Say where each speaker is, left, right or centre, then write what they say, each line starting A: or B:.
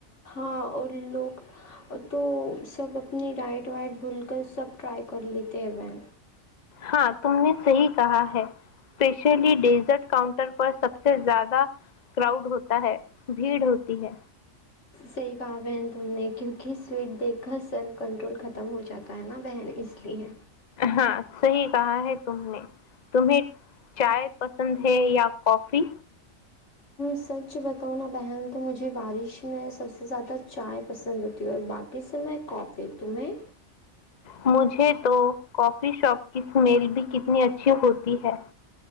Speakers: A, on the left; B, on the left.
A: ہاں اور لوگ تو سب اپنی ڈائٹ وائٹ بھول کر سب ٹرائی کر لیتے ہیں ب
B: ہاں تم نے صحیح کہا ہے اسپیشلی ڈیزرٹ کاؤنٹر پر سب سے زیادہ کراؤڈ ہوتا ہے بھیڑ ہوتی ہے
A: صحیح کہا بہن تم نے کیونکہ سویٹ دیکھ کر سیلف کنٹرول ختم ہو جاتا ہے نا بہن اس لیے ہے
B: ہاں صحیح کہا ہے تم نے تمہیں چائے پسند ہے یا کافی
A: سچ بتاؤں نا بہن تو مجھے بارش میں سب سے زیادہ چائے پسند ہوتی ہے اور باقی س میں کافی تمہیں
B: مجھے تو کافی شاپ کی اسمیل بھی کتنی اچھی ہوتی ہے